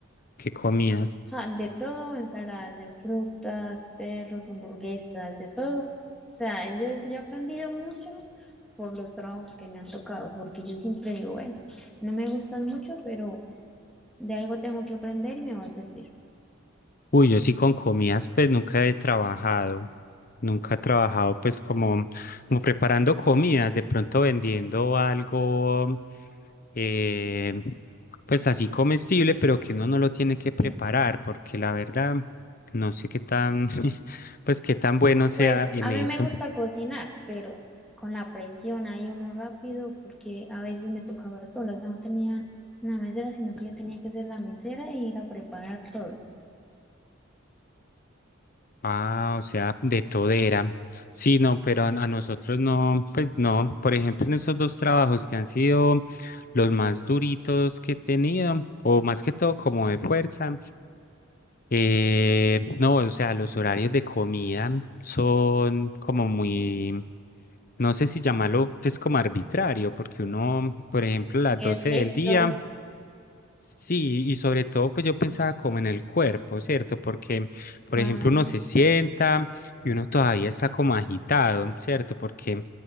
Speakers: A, on the left; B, in the centre.
A: qué comías.
B: Ah, de todo, ensaladas de frutas, perros, hamburguesas, de todo. O sea, yo, yo he aprendido mucho por los trabajos que me han tocado, porque yo siempre digo, bueno, no me gustan mucho, pero de algo tengo que aprender y me va a servir.
A: Uy, yo sí con comidas, pues nunca he trabajado, nunca he trabajado pues como, como preparando comidas, de pronto vendiendo algo, eh, pues así comestible, pero que uno no lo tiene que
B: Sí.
A: preparar, porque la verdad, no sé qué tan, <laughs> pues qué tan bueno sea
B: Pues
A: en
B: a
A: eso.
B: mí me gusta cocinar, pero con la presión ahí uno rápido, porque a veces me tocaba sola, o sea, no tenía una mesera, sino que yo tenía que ser la mesera e ir a preparar todo.
A: Ah, o sea, de todera. Sí, no, pero a a nosotros no, pues no. Por ejemplo, en estos dos trabajos que han sido los más duritos que he tenido, o más que todo como de fuerza, eh, no, o sea, los horarios de comida son como muy, no sé si llamarlo, pues como arbitrario, porque uno, por ejemplo, las
B: Muy
A: 12
B: estrictos,
A: del día. Sí, y sobre todo, pues yo pensaba como en el cuerpo, ¿cierto? Porque, por
B: claro,
A: ejemplo, uno se sienta y uno todavía está como agitado, ¿cierto? Porque